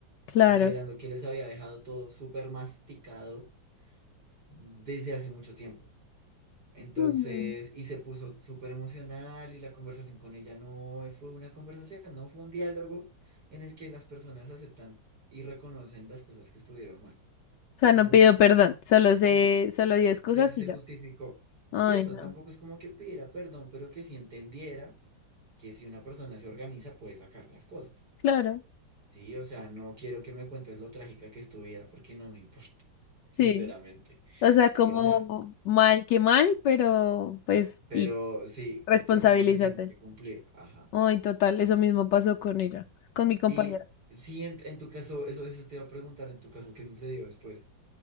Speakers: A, on the left (about 70°); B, on the right (about 55°).
A: Claro.
B: considerando que les había dejado todo súper masticado desde hace mucho tiempo. Entonces,
A: Mm.
B: y se puso súper emocional y la conversación con ella no fue una conversación, no fue un diálogo en el que las personas aceptan y reconocen las cosas que estuvieron mal. Fue
A: O sea, no
B: un,
A: pidió perdón, solo se,
B: sí,
A: solo dio excusas
B: se, se
A: y ya.
B: justificó.
A: Ay,
B: Y eso
A: no.
B: tampoco es como que pidiera perdón, pero que sí entendiera que si una persona se organiza puede sacar las cosas.
A: Claro,
B: Sí, o sea, no quiero que me cuentes lo trágica que es tu vida porque no me importa, <laughs> sinceramente.
A: sí. O sea,
B: Sí,
A: como
B: o sea,
A: mal que mal, pero pues,
B: pero
A: y
B: sí, cumple
A: responsabilízate.
B: con lo que tienes que cumplir. Ajá.
A: Ay, total, eso mismo pasó con ella, con mi compañera.
B: Y sí, en, en tu caso, eso, eso te iba a preguntar, en tu caso, ¿qué sucedió después?